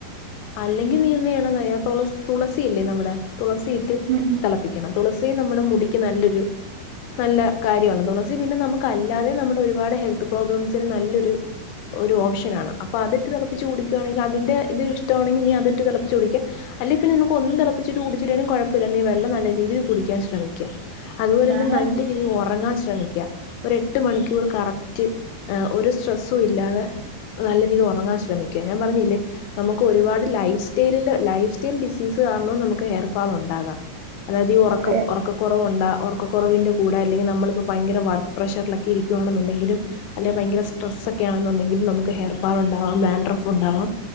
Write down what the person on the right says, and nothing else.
ഉം ഉം
ഞാനാണെങ്കിൽ
അതെ